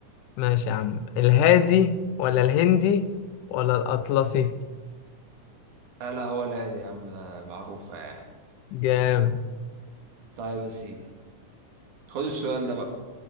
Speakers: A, on the left (about 85°); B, on the right (about 75°).
A: ماشي يا عم الهادي ولا الهندي ولا الاطلسي
B: آه لا هو الهادي يا عم ده معروفة يعني
A: جامد
B: طيب يا سيدي خد السؤال ده بقى